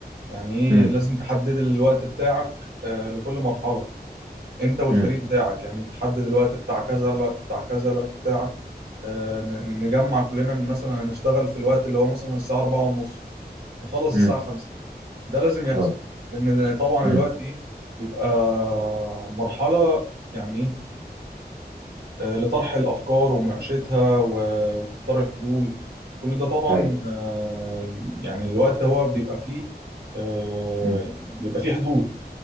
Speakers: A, on the right; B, on the right.
A: يعني ايه
B: امم
A: لازم تحدد الوقت بتاعك آه، لكل مرحلة انت والفريق
B: امم
A: بتاعك يعني تحدد الوقت بتاع كذا الوقت بتاع كذا الوقت بتاعك آه، ن- ن- نجمع كلنا إن مثلا هنشتغل في الوقت اللي هو مثلا الساعة أربعة ونص نخلص
B: امم
A: الساعة خمسة ده لازم يحصل
B: اه
A: لأن ده طبعا
B: امم
A: الوقت دي بيبقى مرحلة يعني ايه آه، لطرح الأفكار ومناقشتها و- وتختار الحلول كل ده طبعا
B: طيب
A: آه، يعني الوقت هو بيبقى فيه آه،
B: امم
A: يعني بيبقى فيه حدود